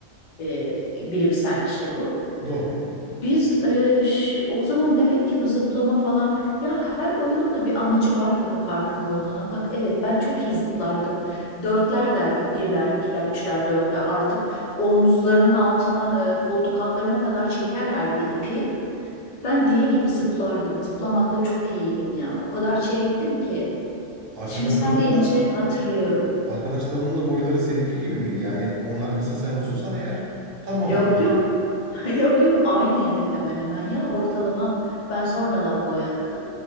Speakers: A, on the left (about 45°); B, on the right (about 55°).
A: E, bilimsel bir şey bu.
B: Doğru.
A: Biz e, ş- o zaman demek ki bu zıplama falan ya her oyunun da bir amacı var ya farkında olmadan. Bak evet ben çok iyi zıplardım. Dörtler derdik. Birler, ikiler, üçler, dörtler. Artık omuzlarının altına, e, koltuk altlarına kadar çekerlerdi ipi. Ben deli gibi zıplardım. Zıplamakta çok iyiydim ya. O kadar çeviktim ki.
B: Arkadaşların
A: Şimdi sen deyince
B: da
A: hatırlıyorum.
B: arkadaşlarının da boyları seninki gibi miydi? Yani onlar kısa sen uzunsan eğer tamam
A: Yok
B: diyeceğim.
A: yok <laughs> Yok yok aynıydık hemen hemen ya ortalama ben sonradan boyattım.